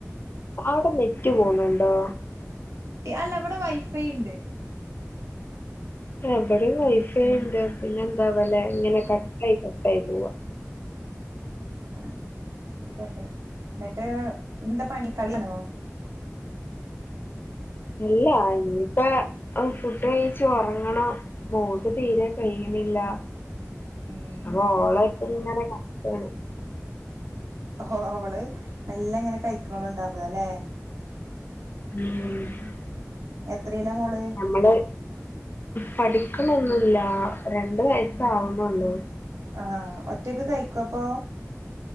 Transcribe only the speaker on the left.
അവിടെ നെറ്റ് പോണുണ്ടോ?
ഏഹ് ഇബടെയും വൈഫൈയ്ണ്ട് പിന്നെ എന്താ ആവലെ ഇങ്ങനെ കട്ടായി കട്ടായി പോവ
അല്ല ഇനിയിപ്പ അം ഫുഡ് കഴിച്ചു ഒറങ്ങണം മോൾക്ക് തീരെ
കഴിയണില്ല
അപ്പൊ ഓളെട്ത്ത് ഇങ്ങനെ കടക്കാണ്
ഉം
അവള് പഠിക്ക്ണൊന്നുല്ല രണ്ട് വയസ് ആവുണുള്ളു